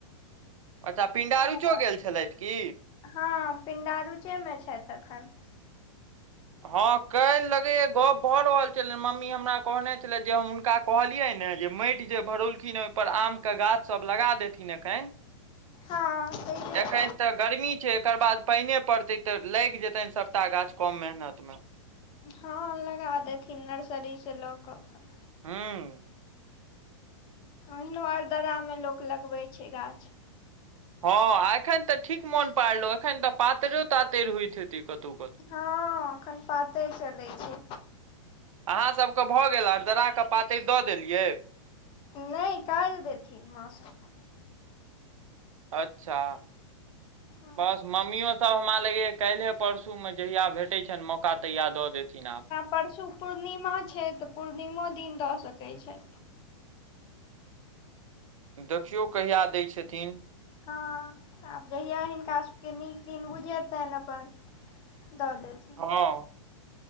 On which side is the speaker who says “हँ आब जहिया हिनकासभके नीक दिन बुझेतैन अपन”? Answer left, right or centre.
Left